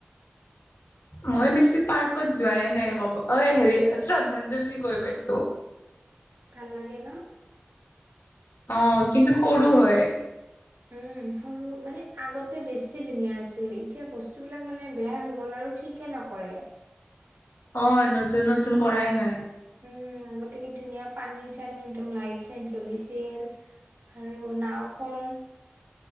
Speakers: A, on the left (about 85°); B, on the right (about 85°).
A: মই বেছি পাৰ্কত যোৱাই নাই ক'ব অ হেৰি শ্ৰদ্ধাঞ্জলি গৈ পাইছো।
B: ভাল লাগে ন।
A: অ কিন্তু সৰু হয়।
B: উম সৰু মানে আগতে বেছি ধুনীয়া আছিল এতিয়া বস্তুবিলাক মানে বেয়া হৈ গ'ল আৰু ঠিক- কে নকৰে।
A: অ নতুন নতুন কৰাই নাই।
B: উম আগতে কি ধুনীয়া পানী চানী একদম লাইট চাইট জ্বলিছিল। আৰু নাওখন।